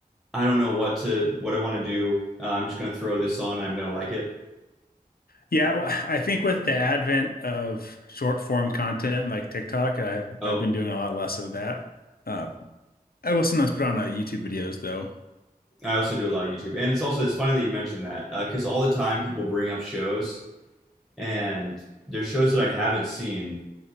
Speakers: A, in the centre; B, on the left (about 80°).
A: I don't know what to what I want to do. Uh, I'm just gonna throw this on and I'm gonna like it.
B: Yeah, well, I think with the advent of short form content like TikTok, I've
A: Oh,
B: I've been doing a lot less of that. Uh, I will sometimes put on uh, YouTube videos though.
A: I also do a lot of YouTube, and it's also it's funny that you mentioned that because all the time people bring up shows and there's shows that I haven't seen,